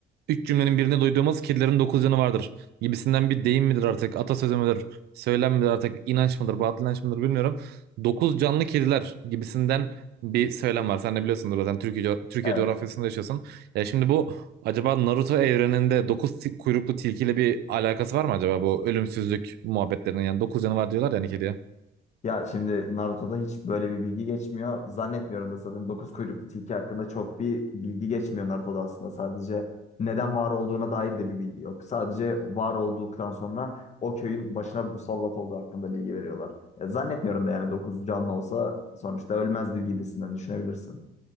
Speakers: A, on the right; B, on the left.
A: üç cümlenin birinde duyduğumuz kedilerin dokuz canı vardır gibisinden bir deyim midir artık, atasözü müdür, söylem midir artık, inanç mıdır, batıl inanç mıdır bilmiyorum. Dokuz canlı kediler gibisinden bir söylem var. Sen de biliyorsundur zaten Türkiye, co- Türkiye
B: Evet.
A: coğrafyasında yaşıyorsun. Ya şimdi bu acaba Naruto evreninde dokuz ti- kuyruklu tilkiyle bir alakası var mı acaba bu ölümsüzlük muhabbetlerinin? Yani dokuz canı var diyorlar yani kediye.
B: Ya şimdi Naruto'da hiç böyle bir bilgi geçmiyor. Zannetmiyorum da zaten dokuz kuyruklu tilki hakkında çok bir bilgi geçmiyor Naruto'da aslında. Sadece neden var olduğuna dair de bir bilgi yok. Sadece var olduktan sonra o köyün başına musallat olduğu hakkında bilgi veriyorlar. Ya zannetmiyorum da yani dokuz canlı olsa sonuçta ölmezdi gibisinden düşünebilirsin.